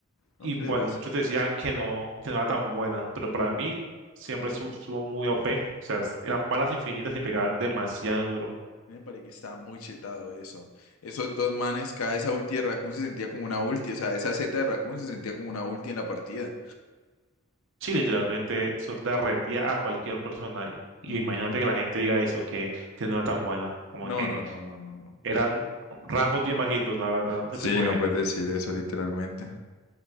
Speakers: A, on the right (about 60°); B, on the left (about 85°).
A: y
B: ¿No crees
A: bueno,
B: vos?
A: y muchos decían que no, que no era tan buena, pero para
B: Uh.
A: mí siempre estu- estuvo muy OP, o sea, s- eran balas infinitas y pegaba demasiado duro.
B: Me parece que estaba muy chetado eso. Esos dos manes, cada esa ulti de Raccoon se sentía como una ulti. O sea, esa Z de Raccoon se sentía como una ulti en la partida.
A: Sí, literalmente eso derretía a cualquier persona. Y, y
B: Ujú.
A: imagínate que la gente diga eso, que, que no era tan buena. Como
B: No,
A: que
B: no, no, no, no, no.
A: eran rangos bien bajitos, la verdad, ese
B: Sí,
A: tipo
B: no
A: de gente.
B: puedes decir eso literalmente.